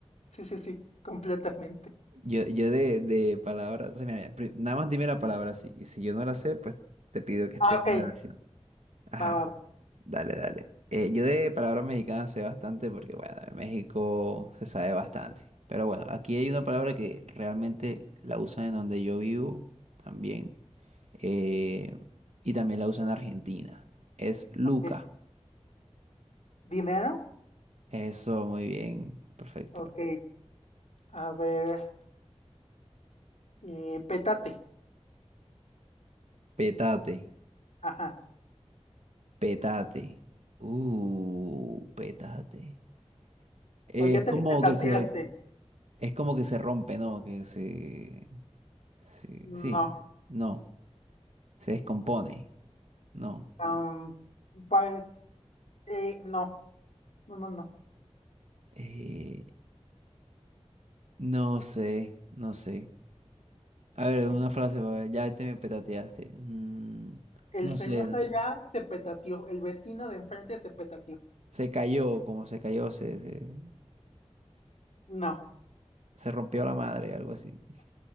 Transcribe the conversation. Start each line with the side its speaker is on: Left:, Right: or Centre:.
Left: sí, sí, sí, completamente.
Right: Yo, yo de, de palabras, o sea, mira, pri- nada más dime la palabra, sí. Y si yo no la sé, pues te pido que esté
Left: Ah,
Right: en
Left: ok,
Right: una oración. Ajá,
Left: va, va, va.
Right: dale, dale. Eh, yo de palabras mexicanas sé bastante porque, bueno, en México se sabe bastante. Pero bueno, aquí hay una palabra que realmente la usan en donde yo vivo también. eh, y también la usan en Argentina. Es Luca.
Left: ok. ¿Dinero?
Right: Eso, muy bien, perfecto.
Left: Ok, a ver, eh, pétate.
Right: Petate.
Left: Ajá.
Right: Petate. Uh, petate. Eh,
Left: ¿O ya
Right: es
Left: te
Right: como
Left: petateaste?
Right: que se, re- es como que se rompe, ¿no? Que se, sí,
Left: No.
Right: sí, no. Se descompone. No.
Left: am, pues, eh, no, no, no, no.
Right: Eh, no sé, no sé. A ver,
Left: Eh,
Right: una frase, pa' ver, ya te me petateaste. Mm,
Left: El
Right: no
Left: señor
Right: sé, no
Left: de
Right: sé.
Left: allá se petateó, el vecino de enfrente se petateó.
Right: Se cayó, como se cayó, se, se,
Left: No,
Right: se rompió la madre, algo así. <laughs>